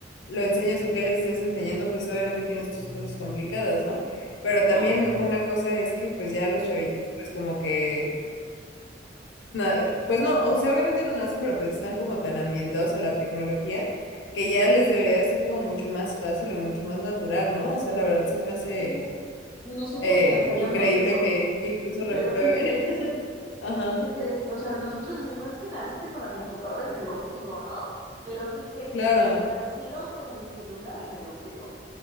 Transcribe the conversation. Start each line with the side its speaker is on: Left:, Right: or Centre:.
Left: lo enseñes o qué le estés enseñando, pues obviamente tienes tus cosas complicadas, ¿no? Pero también
Right: Claro,
Left: una cosa es que pues ya los chavitos pues como que, na- pues no, o sea, obviamente no nacen, pero pues están como tan ambientados a la tecnología que ya les debería de ser como mucho más fácil o mucho más natural, ¿no? O sea, la verdad se me hace
Right: sí, Nosotros
Left: eh,
Right: pensaríamos
Left: increíble
Right: eso,
Left: que, que incluso reprueben.
Right: pero ¿qué crees?
Left: <laughs> Ajá.
Right: ¿Qué crees? O sea, nosotros decimos, es que naciste con la computadora en el ombligo, ¿no? Pero ¿qué crees?
Left: Claro,
Right: Nacieron con el celular en el ombligo.